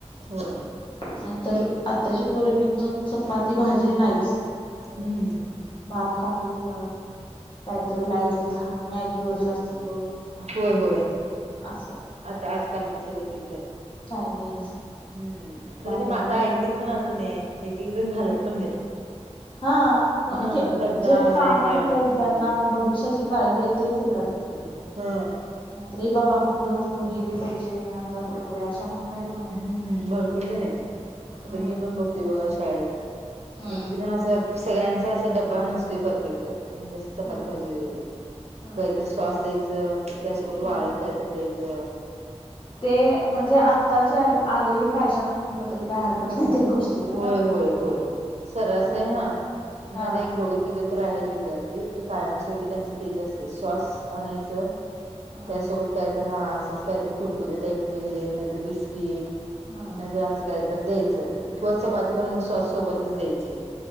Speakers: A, on the right (about 70°); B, on the left (about 50°).
A: होय!
B: नाहीतर आत्ताची पोर एक एक जण चपाती भाजी नाहीच.
A: हम्म
B: भात खाऊन उठणं काहीतरी लायट ली खाणं मॅगीवर जास्त जोर
A: होय होय
B: अस.
A: आता आजकालचं सगळं तेच आहे.
B: चायनीज!
A: हम्म खरे
B: बाहेरच
A: काय माता ऐकतील
B: जंक
A: पण
B: फूड
A: असं नाही एक एक जण घालत पण नाहीत.
B: हा म्हणजे
A: हा कंटाळा
B: जे
A: आलाय
B: प्रामाणिक
A: हे आलंय
B: आहेत ज्यांना
A: ते आलंय
B: भविष्याची काळजी आहे तेच हे करतील की.
A: हा!
B: म रे बाबा आप पिडू नको हेे पैशाने अजा करकुरे अशा म्हणणार रे.
A: हम्मम् भरपूर जण आहेत
B: हम्म
A: आता मी पण बघतोय बघा शाळेत.
B: हम्म
A: एक एक जण असं सगळ्यांचा अस डबा नसतोय परफेक्ट म्हणजे अस. चपाती
B: हम्म
A: भाजी वगैरे
B: हम्म
A: काहीतर स्वास द्यायचं त्यासोबत
B: हम्म
A: वाळ काहीतरी द्यायचं.
B: ते म्हणजे आत्ताची आलेली फॅशन म्हटलं तरी काय हरकत नाही त्या गोष्टीला
A: होय होय होय सरस
B: पण
A: आहे हा. न
B: हा
A: एक दोघं तिघ. आहेत विद्यार्थी ते कायमस्वरूपी त्यांच तेच असते श्वास आणायचं.
B: हम्म
A: त्यासोबत कायत हा असंच कायत कुरकुरी टाईप वगैरे नाहीतर बिस्किट
B: हम्म
A: नाही तर असं काही तर द्यायचं किंवा चपाती पण मग श्वास सोबतच द्यायची.